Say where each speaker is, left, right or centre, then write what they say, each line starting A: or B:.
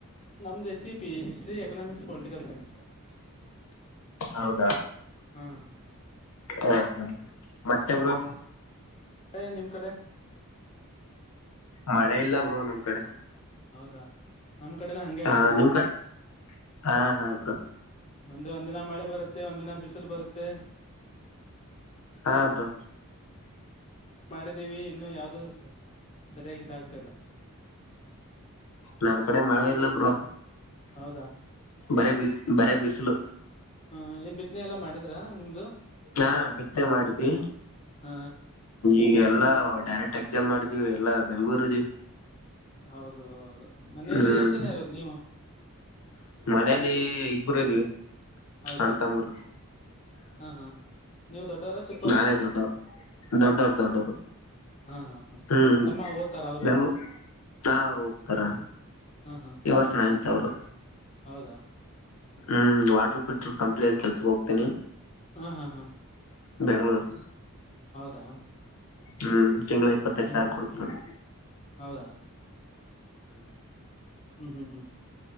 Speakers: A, on the left; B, on the left.
A: ನಮ್ದು H E P history economics political science
B: ಹೌದಾ
A: ಹಾ
B: ಹಾ ಹಾ ಮತ್ತೆ ಬ್ರೊ
A: ಎ ನಿಮ್ ಕಡೆ
B: ಮಳೆ ಇಲ್ಲ ಬ್ರೋ ನಮ್ ಕಡೆ
A: ಹೌದಾ ನಮ್ ಕಡೆನೂ ಹಂಗೆ
B: ಹಾ
A: ಆಗಿದೆ
B: ನಿಮ್ ಕಡೆ ಹಾ ಹಾ ಬ್ರೋ
A: ಒಂದೆ ಒಂದಿನ ಮಳೆ ಬರುತ್ತೆ ಒಂದಿನ ಬಿಸ್ ಕುತಲ್ ಬರುತ್ತೆ
B: ಹಾ ಬ್ರೊ
A: ಮಾಡಿದ್ದೀವಿ ಇನ್ನು ಯಾವ್ದ ಸರಿಯಾಗಿ ಇದಗ್ತಲ್ಲ
B: ನಮ್ ಕಡೆ ಮಳೆ ಇಲ್ಲ ಬ್ರೊ
A: ಹೌದಾ
B: ಬರೀ ಬಿಸಿಲು ಬರೀ ಬಿಸಿಲು
A: ಹ ಏನ್ ಬಿತ್ತನೆ ಎಲ್ಲಾ ಮಾಡಿದ್ರಾ ನಿಮ್ದು
B: ನಾ ಬಿತ್ನೆ ಮಾಡಿದ್ವಿ
A: ಹ
B: ಈಗ ಎಲ್ಲಾ ಡೈರೆಕ್ಟ್ ಎಕ್ಸಾಮ್ ಮಾಡಿದೀವಿ ಎಲ್ಲಾ ಬೆಂಗ್ಳೂರ್ ಇದೀವಿ
A: ಹೌದು ಮನೇಲಿ
B: ಹ್ಮ್
A: ಎಷ್ಟ ಜನ ಇರೋದು ನೀವು
B: ಮನೇಲಿ ಇಬ್ಬರು ಇದ್ದೀವಿ
A: ಹೌದಾ
B: ಅಣ್ ತಮ್ಮರು
A: ಹಾ ಹಾ ನೀವು ದೊಡ್ಡವ್ರ ಚಿಕ್ಕವ್ರ
B: ನಾನೇ ದೊಡ್ಡವ ದೊಡ್ಡವರು ದೊಡ್ಡವರು
A: ಹಾ ಹಾ
B: ಹ್ಮ್
A: ತಮ್ಮ ಓದ್ತಾರ ಅವರು
B: ಬೆಂಗೂಳು ಹಾ ಅವ್ರು ಹೋಗ್ತಾರ
A: ಹಾ ಹಾ
B: ಈ ವರ್ಷ ನಾಯಿತ್ ಅವರು
A: ಹೌದಾ
B: ಹ್ಮ್ ವಾಟರ್ ಫಿಲ್ಟರ್ ಕಂಪ್ನಿಯಲ್ಲಿ ಕೆಲ್ಸಕ್ ಹೋಗ್ತೇನಿ
A: ಹಾ ಹಾ ಹಾ
B: ಬೆಂಗಳೂರು
A: ಹೌದಾ
B: ಹ್ಮ್ ತಿಂಗಳ ಇಪ್ಪತ್ತೈದು
A: ಹ್ಮ್
B: ಸಾವಿರ ಕೊಡ್ತನಿ
A: ಹೌದಾ ಹ್ಮ್ ಹ್ಮ್